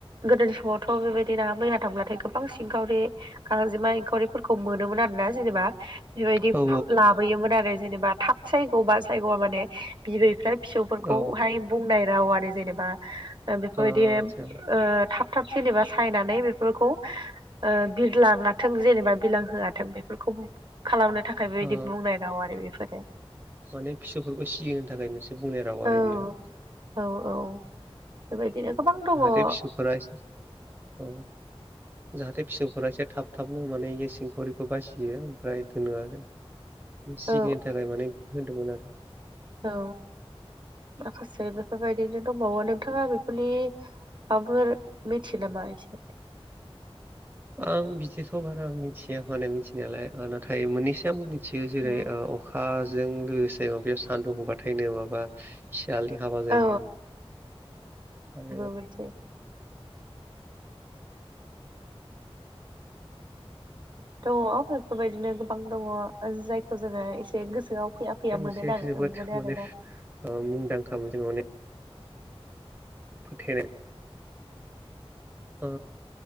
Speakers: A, on the right; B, on the right.
A: गोदोनि समावथ' बेबायदि नाहा मैहा थांब्लाथाय गोबां सिंखावरि गांजेमा एंखावरिफोरखौ मोनोमोन आरो ना जेनेबा बेबायदि
B: औ
A: लाबोयोमोन आरो जेनेबा थाब सायग' बा सायग'आ माने बिबैफ्रा फिसौफोरखौहाय
B: औ
A: बुंनाय राव आरो जेनेबा बेफोरबायदि
B: औ आदसा
A: ओ थाब थाब जेनेबा सायनानै बेफोरखौ ओ बिरलाङाथों जेनेबा बिरलां होआथों बेफोरखौ खालामनो थाखायबो बेबायदि
B: ओ
A: बुंनाय राव आरो बेफोरो
B: माने फिसौफोरखौ सिगिनो थाखाय मोनसे बुंनाय राव
A: औ
B: आरो बियो
A: औ औ बेबायदिनो गोबां दङ
B: जाहाथे
A: औ
B: फिसौफोरा एसे औ जाहाथे फिसौफोरा एसे थाब थाबनो माने इ सिंखावरिखौ बासियो दोनो आरो सिगिनो
A: औ
B: थाखाय माने होनदोंमोन आरो
A: औ माखासे बेफोरबायदिनो दंबावो नोंथाङा बेफोरनि माबाफोर मिथियो नामा एसे
B: आं बिदिखौ बारा मिथिया माने मिथिनायालाय नाथाय मोननैसो आंबो इसे मोनसेयो जेरै
A: औ
B: अखाजों लोगोसे बे सान्दुं दुंबाथायनो माबा सियालनि हाबा जायो
A: औ
B: आरो
A: मै दङ बेफोरबायदिनो गोबां दङ जायखौ जोङो एसे गोसोआव फैया फैया
B: बे मोनसे
A: मोनो ना
B: जोबोद
A: मोनो
B: माने
A: आरोना
B: मुंदांखा मोन जों माने फोथायनाय अ